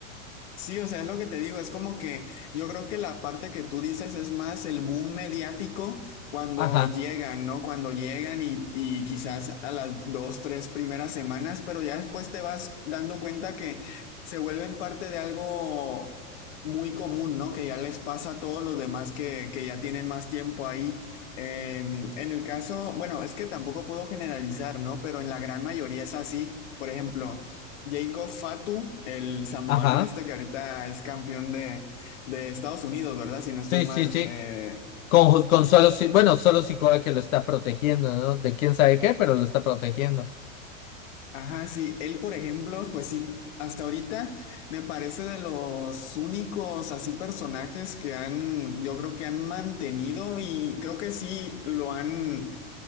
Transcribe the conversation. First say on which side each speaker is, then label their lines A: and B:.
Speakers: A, on the left; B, on the left.
A: Sí, o sea, es lo que te digo, es como que yo creo que la parte que tú dices es más el boom mediático cuando
B: Ajá,
A: llegan, ¿no? Cuando llegan y, y quizás a las dos, tres primeras semanas, pero ya después te vas dando cuenta que se vuelven parte de algo muy común, ¿no? Que ya les pasa a todos los demás que, que ya tienen más tiempo ahí. Eh, en el caso, bueno, es que tampoco puedo generalizar, ¿no? Pero en la gran mayoría es así. Por ejemplo. Jacob Fatu, el samoano
B: ajá.
A: este que ahorita es campeón de, de Estados Unidos, ¿verdad? Si no estoy
B: Sí,
A: mal.
B: sí, sí.
A: eh,
B: Con, con solo, Si- bueno, solo Sikoa que lo está protegiendo, ¿no? De quién sabe qué, pero lo está protegiendo.
A: ajá, sí. Él, por ejemplo, pues sí, hasta ahorita me parece de los únicos así personajes que han, yo creo que han mantenido y creo que sí lo han